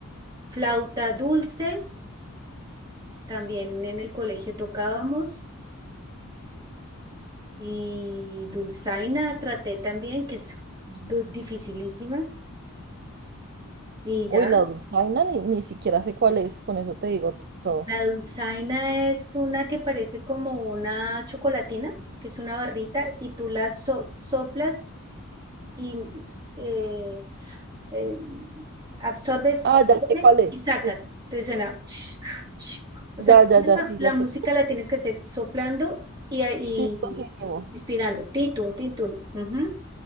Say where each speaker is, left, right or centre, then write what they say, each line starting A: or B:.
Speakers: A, on the right; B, on the right.
A: flauta dulce, también en el colegio tocábamos y dulzaina traté también, que es du- dificilísima. Y
B: Uy,
A: ya,
B: la dulzaina ni, ni siquiera sé cuál es, con eso te digo todo.
A: la dulzaina es una que parece como una chocolatina, que es una barrita, y tú la so- soplas y s- eh, eh, absorbes
B: Ah, ya sé cuál es.
A: y sacas.
B: Sí, sí.
A: Entonces suena. <sniffs> O
B: Ya,
A: sea, tú
B: ya, ya,
A: la,
B: sí,
A: la
B: ya sé.
A: música la tienes que hacer soplando y, a- y
B: Chistosísimo,
A: inspirando. Titun, titun. ujú.